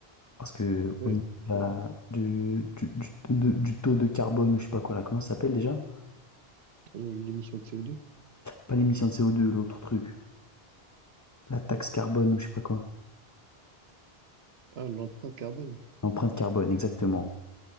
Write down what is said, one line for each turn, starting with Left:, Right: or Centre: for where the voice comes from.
Left: Parce que
Right: Oui,
Left: au niveau de la- du, du, du- de- du taux de carbone ou je sais pas quoi là, comment ça s'appelle déjà?
Right: euh, l'émission de CO2.
Left: Pas l'émission de CO2, l'autre truc. La taxe carbone ou je sais pas quoi.
Right: Ah, l'empreinte carbone.
Left: L'empreinte carbone, exactement.